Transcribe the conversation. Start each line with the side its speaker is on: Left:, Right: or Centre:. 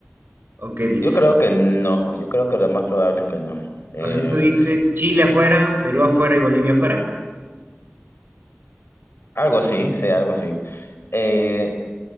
Right: ¿O qué dices?
Left: Yo creo que no, yo creo que lo más probable es que no. Eh,
Right: O sea, tú dices Chile afuera, Perú afuera y Bolivia afuera.
Left: algo así, sí, algo así. Eh,